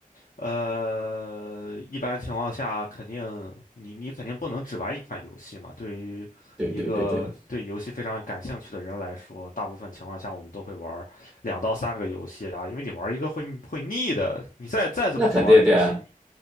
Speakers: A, on the left; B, on the right.
A: 呃，一般情况下，肯定你你肯定不能只玩一款游戏嘛。对于一个对游戏非常感兴趣的人来说，
B: 对对对对，
A: 大部分情况下我们都会玩两到三个游戏啊，因为你玩一个会会腻的。你再再怎么好玩的游戏，
B: 那肯定的呀，
A: 你